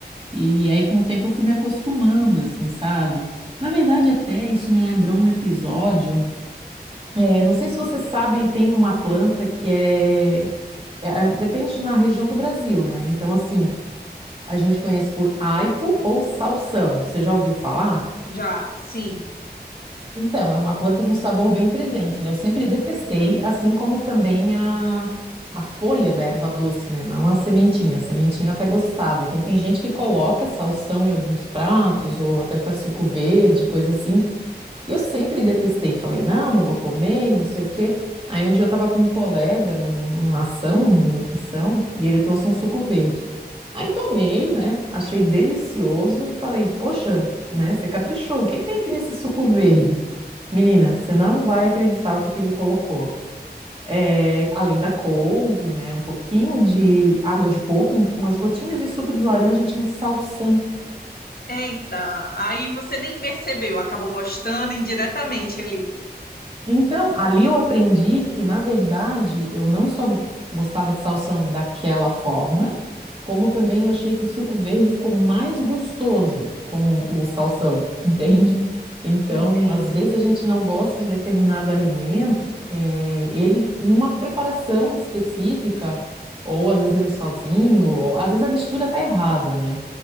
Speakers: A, on the right (about 35°); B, on the left (about 60°).
A: e aí com o tempo eu fui me acostumando, assim, sabe? Na verdade, até isso me lembrou um episódio. É, não sei se você sabe, tem uma planta que é, é, depende na região do Brasil, né? Então, assim, a gente conhece por aipo ou salsão. Você já ouviu falar?
B: já, sim.
A: Então, é uma planta com sabor bem presente, né? Eu sempre detestei, assim como também a, a folha da erva doce, né? Não a sementinha. A sementinha eu até gostava. Então, tem gente que coloca salsão em alguns pratos ou até faz suco verde, coisa assim. E eu sempre detestei, falei, não, não vou comer, e não sei o quê. Aí um dia eu estava com um colega num- numa ação, em nutrição, e ele trouxe um suco verde. Aí tomei, né? Achei delicioso e falei, poxa, né? Você caprichou. O que que tem aqui nesse suco verde? Menina, você não vai acreditar o que que ele colocou. É, além da couve, né? Um pouquinho de água de coco e umas gotinhas de suco de laranja, tinha salsão.
B: Eita, aí você nem percebeu, acabou gostando indiretamente ali.
A: Então, ali eu aprendi que, na verdade, eu não só gostava de salsão daquela forma, como também eu achei que o suco verde ficou mais gostoso com o salsão, <laughs> entende? Então,
B: Entendo.
A: às vezes a gente não gosta de determinado alimento, eh, ele numa preparação específica, ou às vezes ele sozinho, ou às vezes a mistura tá errada, né?